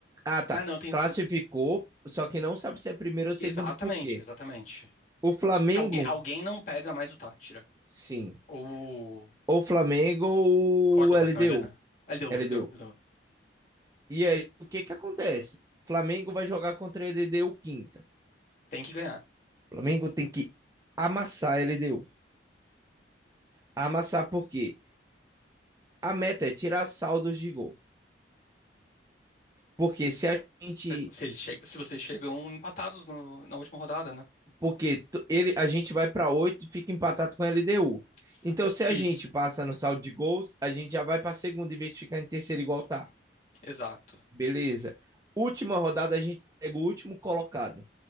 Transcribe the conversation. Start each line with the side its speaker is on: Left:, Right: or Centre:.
Right: Ah, tá.
Left: Ah, não, tem.
Right: Classificou, só que não sabe se é primeiro ou segundo
Left: Exatamente,
Right: por quê.
Left: exatamente.
Right: O Flamengo,
Left: Que alguém, alguém não pega mais o Tátira.
Right: sim.
Left: Ou o
Right: Ou Flamengo ou
Left: Córdoba,
Right: LDU.
Left: se não me engano. né? Ah, Ele deu,
Right: LDU.
Left: ele deu, ele deu.
Right: E aí, o que que acontece? Flamengo vai jogar contra a LDU quinta.
Left: Tem que ganhar.
Right: Flamengo tem que amassar a LDU. Amassar por quê? A meta é tirar saldos de gol. Porque se a gente
Left: Se, eles che- se vocês chegam empatados no- na última rodada, né?
Right: Porque ele, a gente vai para 8 e fica empatado com a LDU.
Left: S-
Right: Então, se a
Left: Isso,
Right: gente passa no saldo de gols, a gente já vai para segunda em vez de ficar em terceiro igual tá.
Left: exato.
Right: Beleza. Última rodada, a gente pega o último colocado